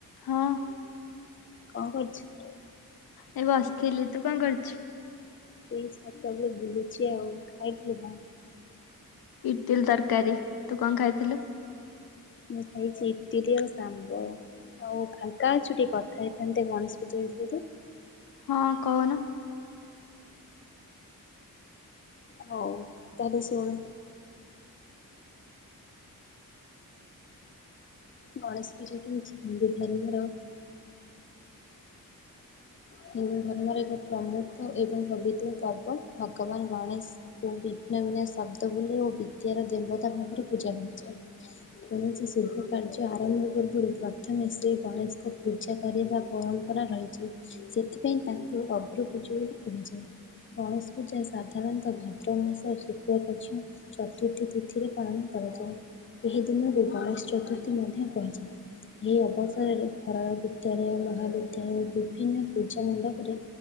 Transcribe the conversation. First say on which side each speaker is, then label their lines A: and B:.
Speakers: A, on the left; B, on the left.
A: ହଁ।
B: କଣ କରୁଛୁ?
A: ଏ ବସଥିଲି ତୁ କଣ କରୁଛୁ?
B: ଏଇ ଛାତ ଉପରେ ବୁଲୁଛି ଆଉ। ଖାଇଥିଲୁ କଣ?
A: ଇଟିଲ ତରକାରୀ। ତୁ କଣ ଖାଇଥିଲୁ?
B: ମୁ ଖାଇଛି ଇଟିଲି ଆଉ ସାମ୍ବର। ଆଉ ଫାଙ୍କା ଅଛୁ କି କଥା ହେଇଥାନ୍ତେ ଗଣେଶ ପୂଜା ବିଷୟରେ?
A: ହଁ କହୁନ।
B: ହଉ ତାହେଲେ ଶୁଣି ଗଣେଶ ପୂଜା ହେଉଛି ହିନ୍ଦୁ ଧର୍ମର ହିନ୍ଦୁ ଧର୍ମର ଏକ ପ୍ରମୁଖ ଏବଂ ପବିତ୍ର ପର୍ବ। ଭଗବାନ ଗଣେଶ ଓ ବିଘ୍ନବିନା ଶବ୍ଦ ବୋଲି ଓ ବିଦ୍ୟାର ଦେବତା ଭାବରେ ପୂଜା କରାଯାଏ। କୌଣସି ଶୁଭ କାର୍ଯ୍ୟ ଆରମ୍ଭ ପୂର୍ବରୁ ପ୍ରଥମେ ଶ୍ରୀ ଗଣେଶକ ପୂଜା କରିବା ପରମ୍ପରା ରହିଛି। ସେଥିପାଇଁ ତାଙ୍କୁ ଅଗ୍ରପୂଜ୍ୟ ବୋଲି କୁହାଯାଏ। ଗଣେଷ ପୂଜା ସାଧାରଣତଃ ଭାଦ୍ରବ ମାସ ଶୁକ୍ଳପକ୍ଷ ଚତୁର୍ଥୀ ତିଥିରେ ପାଳନ କରାଯାଏ। ଏହି ଦିନକୁ ଗଣେଷ ଚତୁର୍ଥୀ ମଧ୍ୟ କୁହାଯାଏ। ଏହି ଅବସରରେ ଘରର ବିଦ୍ୟାଳୟ ମହାବିଦ୍ୟାଳୟ ଓ ବିଭି ବିଭିନ୍ନ ପୂଜା ମଣ୍ଡପରେ